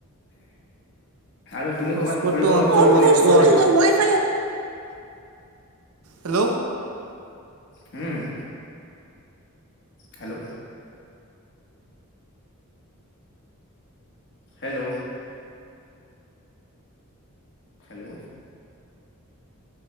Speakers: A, on the left; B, on the right.
A: আৰু তুমি
B: হটস্পটটো
A: ক'ৰবাত ফুৰিব
B: অন
A: যোৱাৰ
B: কৰ হটস্পট
A: প্লেন বনোৱা নাই?
B: <inaudible> হেল্ল
A: উম হেল্ল' হেল্লো' হেল্লো